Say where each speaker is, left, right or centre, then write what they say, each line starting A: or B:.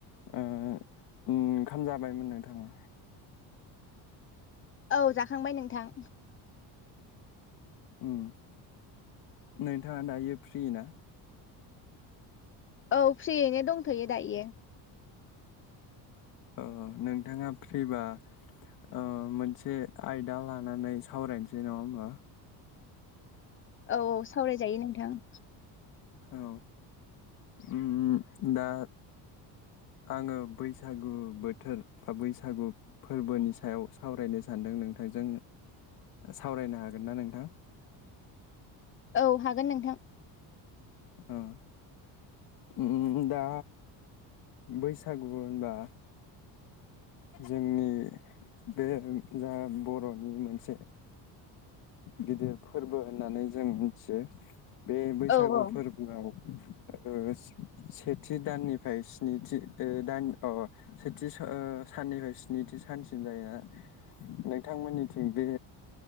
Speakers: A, on the left (about 55°); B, on the left (about 30°).
A: ओ ओंखाम जाबायमोन नोंथाङा?
B: औ जाखांबाय नोंथां।
A: उम नोंथाङा दायो फ्रि ना?
B: औ फ्रियैनो दंथ'यो दायो।
A: ओ नोंथाङा फ्रिबा ओ मोनसे आयदा लानानै सावरायनोसै नङा होमबा।
B: औ औ सावरायजायो नोंथां।
A: औ उम दा आङो बैसागु बोथोर बा बैसागु फोरबोनि सायाव सावरायनो सानदों नोंथांजों सावरायनो हागोन ना नोंथां।
B: औ हागोन नोंथां।
A: ओ उम दा बैसागु होनबा जोंनि बे जा बर'नि मोनसे गिदिर फोरबो होननानै जों मिनथियो बे बैसागु
B: औ औ
A: फोरबोआव ओ सेथि दाननिफ्राय स्निथि ओ दान अ सेथि स ओ साननिफ्राय स्निथि सानसिम जायोना नोंथांमोननिथिं बे